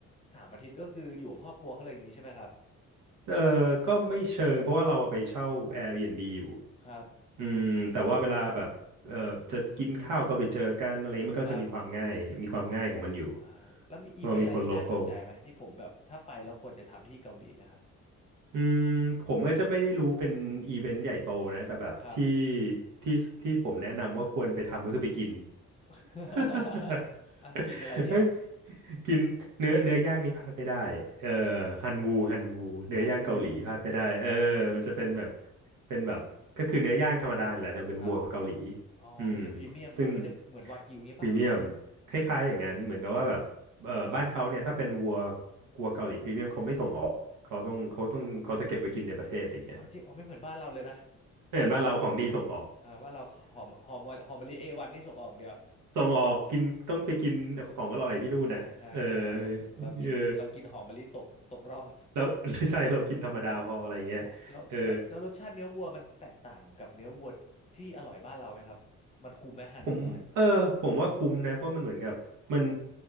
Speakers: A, on the left (about 20°); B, on the right (about 80°).
A: สามอาทิตย์ก็คืออยู่กับครอบครัวเขาเลยอย่างนี้ใช่ไหมครับ
B: เออก็ไม่เชิงเพราะว่าเราไปเช่า Airbnb อยู่
A: ครับอื
B: อืมแต่ว่าเวลาแบบเออจะกินข้าวก็ไปเจอกันอะไรมันก็จะมีความง่ายมีความง่ายของมันอยู่
A: ม ครับอ่าแล้วมีอีเวนต์อะไรที่น่าสนใจไหมที่ผมแบบถ้าไปแล้วควรจะทำที่เกาหลีนะครับ
B: ก็มีคนโลคอล อืมผมก็จะไม่ได้รู้เป็นอีเวนต์ใหญ่โตนะแต่แบบที่
A: ครับ
B: ที่ที่ผมแนะนำว่าควรไปทำก็คือไปกิน
A: <laughs>
B: <laughs>
A: อ่ะกินอะไรดีครับ
B: เฮ้ยกินเนื้อเนื้อย่างนี่พลาดไม่ได้เออฮันวูฮันวูเนื้อย่างเกาหลีพลาดไม่ได้เออมันจะเป็นแบบ
A: ฮันวู
B: เป็นแบบก็คือเนื้อย่างธรรมดาเนี่ยแหละแต่เป็นวัวเกาหลี
A: ครับอ๋อมันจะพรีเมียมมันมันจะเหมือนวากิวอย่างเี้ปะ
B: อืมซึ่งพรีเมียมคล้ายๆอย่างนั้นเหมือนกับว่าแบบ เอ่อบ้านเขาเนี่ยถ้าเป็นวัว
A: ครับ
B: วัวเกาหลีพรีเมียมเขาไม่ส่งออกเขาต้องเขาต้องเขาจะเก็บไว้กินในประเทศอย่างเงี้ย
A: อ๋อจริงอ๋อไม่เหมือนบ้านเราเลยนะ
B: ไม่เห็นว่าเราของดีส่งออก
A: อ่าว่าเราหอมหอมหอมมะลิเอวันนี่ส่งออกอย่างเดียว
B: <laughs> ส่งออกกินต้องไปกินของอร่อยที่นู่นน่ะเออ
A: ใช่ใช่ใช่เรากินเรากินหอมมะลิตกตกร่อง
B: เออแล้ว <laughs> ใช่เรากินธรรมดาพออะไรเงี้ยเออ
A: อ๋อแล้วแล้วแล้วรสชาติเนื้อวัวมันแตกต่างกับเนื้อวัวที่อร่อยบ้านเราไหมครับมันคุ้มไหมฮันวูเนี่ย
B: ผมเออผมว่าคุ้มนะเพราะมันเหมือนกับมัน